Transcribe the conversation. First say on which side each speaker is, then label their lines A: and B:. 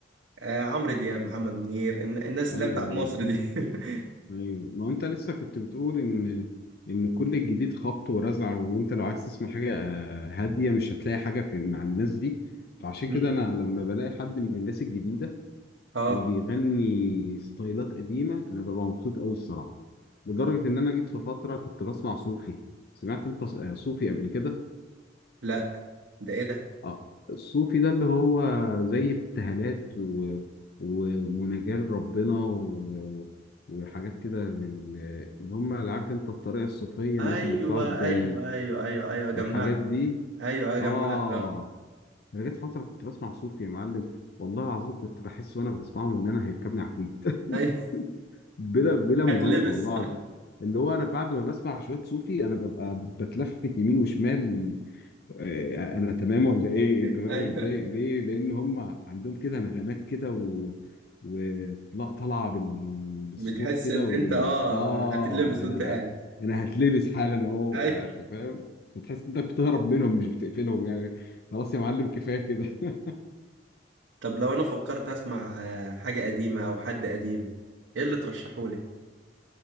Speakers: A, on the right (about 80°); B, on the left (about 55°).
A: آه عمرو دياب محمد منير الن- الناس
B: ايوه
A: اللي هي بتاعت
B: ايوه
A: مصر دي <laughs>
B: ايوه ما انت لسه كنت بتقول ان ان كل الجديد خبط ورزع وانت لو عايز تسمع حاجه آه، هاديه مش هتلاقي حاجه في مع الناس دي فعشان
A: مم.
B: كده انا لما بلاقي حد من الناس الجديده
A: اه
B: وبيغني ستايلات قديمه انا ببقى مبسوط قوي الصراحه لدرجه ان انا جيت في فتره كنت بسمع صوفي سمعت انت ص- آه، صوفي قبل كده
A: لا ده ايه ده
B: اه الصوفي ده اللي هو زي ابتهالات و... ومناجاة ربنا و... وحاجات كده من اللي هم اللي عارف انت الطريقة الصوفية
A: ايوه
B: الناس اللي بتقعد
A: ايوه
B: آه،
A: ايوه ايوه ايوه جمعت
B: الحاجات دي
A: ايوه ايوه
B: اه
A: جمعت اه
B: انا جت فترة كنت بسمع صوفي يا معلم والله العظيم كنت بحس وانا بسمعهم ان انا هيركبني عفريت
A: ايوه
B: <laughs> بلا بلا مبالغة
A: <laughs> هتلبس
B: والله العظيم اللي هو انا بعد ما بسمع شوية صوفي انا ببقى بتلفت يمين وشمال إيه، انا تمام ولا ايه
A: <laughs>
B: انت فاهم
A: ايوه
B: ازاي ليه لان هم عندهم كده نغمات كده و... وطلع طالعه بال... بالصوت
A: بتحس
B: كده
A: ان
B: وبال
A: انت اه
B: اه
A: هتتلبس وانت
B: انا
A: قاعد
B: انا هتلبس حالا اهو
A: ايوه
B: فانت فاهم فتحس انت بتهرب منهم مش بتقفلهم يعني خلاص يا معلم كفايه كده <laughs>
A: طب لو انا فكرت اسمع آه، حاجه قديمه او حد قديم ايه اللي ترشحولي